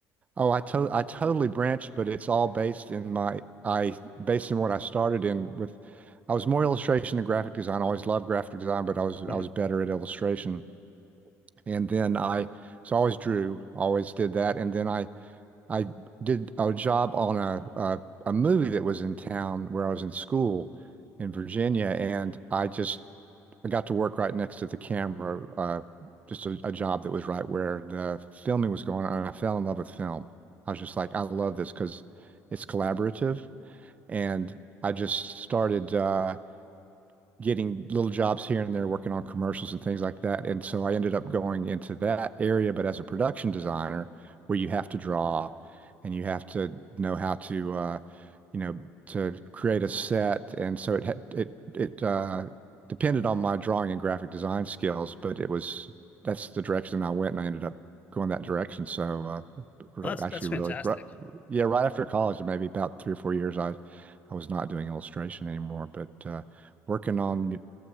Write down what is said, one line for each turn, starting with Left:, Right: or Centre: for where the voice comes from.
Right: Oh, I to I totally branched, but it's all based in my I based in what I started in with I was more illustration and graphic design. I always loved graphic design, but I was
Left: Mhm.
Right: I was better at illustration. And then I, so I always drew, always did that. And then I, I did a job on a, a, a movie that was in town where I was in school in Virginia. And I just I got to work right next to the camera, uh, just a, a job that was right where the filming was going on. And I fell in love with film. I was just like, I love this because it's collaborative. And I just started, uh, getting little jobs here and there working on commercials and things like that. And so I ended up going into that area, but as a production designer, where you have to draw and you have to know how to, uh, you know, to create a set. And so it had, it, it, uh, depended on my drawing and graphic design skills, but it was, that's the direction I went and I ended up going that direction. So, uh,
Left: Well, that's
Right: actually
Left: that's fantastic
Right: really, right, yeah, right after college, maybe about three or four years, I, I was not doing illustration anymore, but, uh, working on